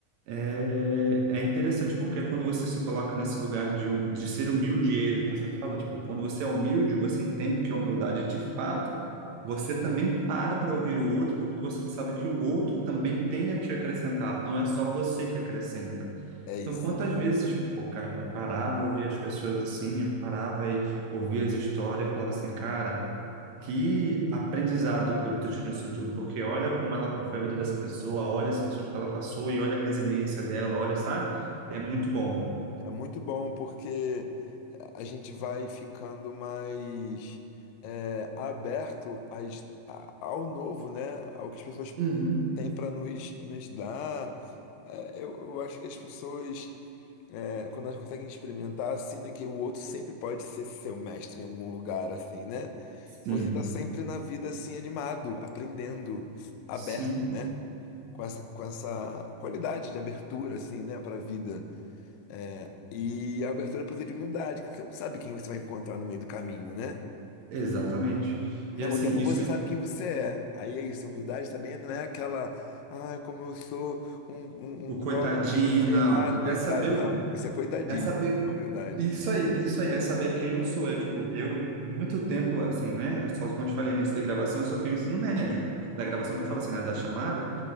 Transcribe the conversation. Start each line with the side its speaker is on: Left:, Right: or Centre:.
Right: é, é interessante, porque é quando você se coloca nesse lugar de, hum- de ser humilde, e você fala, tipo, quando você é humilde, você entende o que é humildade de fato, você também para para ouvir o outro, porque você sabe que o outro também tem a te acrescentar, não é só você que acrescenta.
Left: É isso,
Right: Então, quantas
Left: cara.
Right: vezes, pô, cara, parava, ouvia as pessoas assim, parava e ouvia as histórias, falava assim, cara, que aprendizado eu tô tirando isso tudo, porque olha como ela foi a vida dessa pessoa, olha as situações que ela passou e olha a resiliência dela, olha, sabe? É muito bom.
Left: É muito bom porque a gente vai ficando mais é, aberto às- a- ao novo, né? Ao que as pessoas
Right: Uhum.
Left: têm para nos, nos dar. É, eu, eu acho que as pessoas, é, quando elas conseguem experimentar assim, né, que o outro sempre pode ser seu mestre em algum lugar, assim, né?
Right: Sim,
Left: Você tá sempre na vida assim, animado, aprendendo, aberto,
Right: sim,
Left: né? Com essa, com essa qualidade de abertura, assim, né, para a vida. É, E a abertura precisa de humildade, que você não sabe quem você vai encontrar no meio do caminho, né?
Right: exatamente.
Left: Ao
Right: E
Left: mesmo
Right: assim,
Left: tempo,
Right: isso
Left: você
Right: me...
Left: sabe quem você é. Aí é isso, a humildade também não é aquela, ai, como eu sou um, um,
Right: o
Left: um
Right: coitadinho,
Left: pobre, ferrado,
Right: não.
Left: coitado.
Right: É saber o
Left: Não, isso é coitadismo,
Right: É saber.
Left: isso não é humildade.
Right: Isso aí, isso aí, é saber quem eu sou. É tipo, eu, muito tempo, assim, né? Eu só, como eu te falei no início da gravação, eu só tenho ensino médio. Da gravação
Left: Uhum.
Right: que eu falo assim, né? Da chamada,